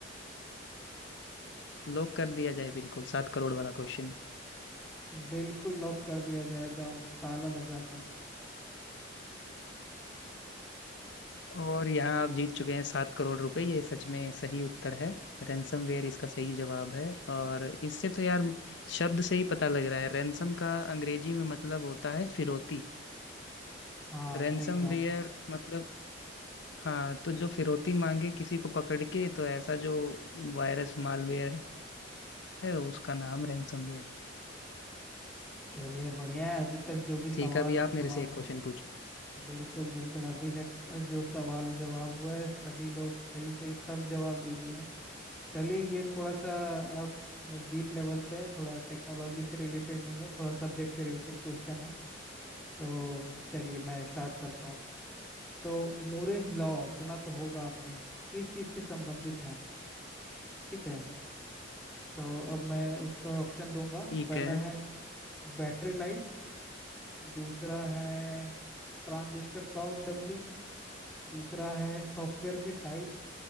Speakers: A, on the left; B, in the centre.
A: लॉक कर दिया जाए बिल्कुल सात करोड़ वाला क्वेश्चन
B: बिल्कुल लॉक कर दिया जाए एकदम ताला लगा के
A: और यहाँ आप जीत चुके हैं सात करोड़ रुपए ये सच में सही उत्तर है रैंसमवेयर इसका सही जवाब है और इससे तो यार शब्द से ही पता लग रहा है रैंसम का अंग्रेजी में मतलब होता है फिरौती
B: हाँ
A: रैंसमवेयर
B: सही बात है
A: मतलब हाँ तो जो फिरौती मांगे किसी को पकड़ के तो ऐसा जो वायरस मालवेयर है उसका नाम रैंसमवेयर
B: चलिए बढ़िया है अभी तक जो भी सवाल
A: ठीक है अभी
B: और
A: आप
B: जवाब
A: मेरे से एक क्वेश्चन पूछो
B: बिल्कुल बिल्कुल अभी तक जो सवाल और जवाब हुआ है सभी लोग सही सही सब जवाब दे दिए हैं चलिए ये थोड़ा सा अब डीप लेवल पे है थोड़ा टेक्नोलॉजी से रिलेटेड नहीं है थोड़ा सब्जेक्ट से रिलेटेड क्वेश्चन है तो चलिए मैं स्टार्ट करता हूँ तो मूरेज लॉ सुना तो होगा आपने किस चीज़ से संबंधित है ठीक है तो अब मैं उसका ऑप्शन दूंगा
A: ठीक
B: पहला
A: है
B: है बैटरी लाइफ दूसरा है ट्रांजिस्टर काउंट डबलिंग तीसरा है सॉफ्टवेयर के साइज